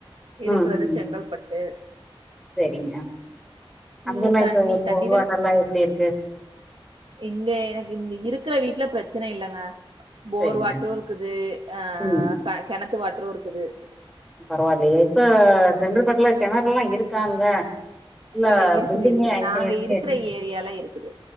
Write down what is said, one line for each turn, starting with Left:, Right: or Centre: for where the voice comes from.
Right: இருக்குறது
Centre: ம் ம்
Right: செங்கல்பட்டு
Centre: சேரிங்க அங்கல்லா
Right: இங்க தண்ணி
Centre: இப்ப
Right: தண்ணி
Centre: போர்
Right: தான
Centre: வாட்டர்லா எப்படி இருக்கு
Right: இங்க எனக்கு இங்க இருக்கற வீட்ல பிரச்சன இல்லங்க போர்
Centre: சரிங்க
Right: வாட்ரு இருக்குது ஆ
Centre: ம்
Right: க கெணத்து வாட்ரு இருக்குது
Centre: பரவால்லயே இப்ப செங்கல்பட்டுல கெணறுல்லா இருக்கா அங்க ஃபுல்லா
Right: இல்ல இருக்குது
Centre: பில்டிங்கே
Right: இருக்குது
Centre: ஆயிட்டேருக்
Right: நாங்க இருக்கிற ஏரியால இருக்குது